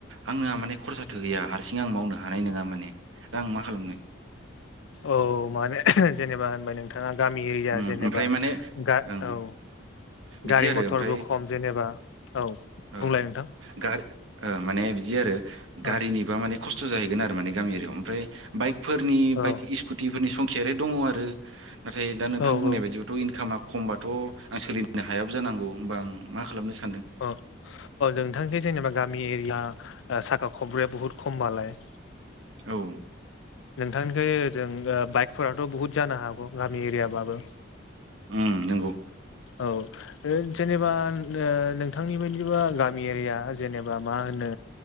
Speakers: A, on the right; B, on the left.
A: आंना माने खरसाथ' गैया हारसिं आं मावनो हानाय नङा माने। दा आं मा खालामनो?
B: औ माने जेनेबा होनबाय नों ओ गामि एरिया
A: ओम
B: जेनेबा
A: ओमफ्राय माने
B: गा
A: ओं
B: औ
A: बिदि
B: गारि
A: आरो
B: मथरबो
A: ओमफ्राय
B: खम जेनेबा। औ
A: ओ
B: बुंलाय नोंथां।
A: गारि ओ माने बिदि आरो गारिनिबा
B: औ
A: माने खस्थ' जाहैगोन आरो माने गामियरियाव ओमफ्राय बाइकफोरनि
B: औ
A: बाइक स्कुटिफोरनि संखियालाय दङ' आरो नाथाय दा नोंथां
B: औ
A: बुंनाय बायदिबाथ' इनकामा खमबाथ' आं सोलिनो हायाबो जानांगौ, होमबा आं मा खालामनो सा
B: अ अ नोंथांखि जेनेबा गामि एरिया ओ साखा खब्रैया बहुत खमबालाय
A: औ
B: नोंथांनिखै जों ओ बाइकफोराथ' बुहुत जानो हा गामि एरियाबाबो
A: उम नंगौ
B: औ जेनेबा ओ नोंथांनि बायदिबा गामि एरिया जेनेबा मा होनो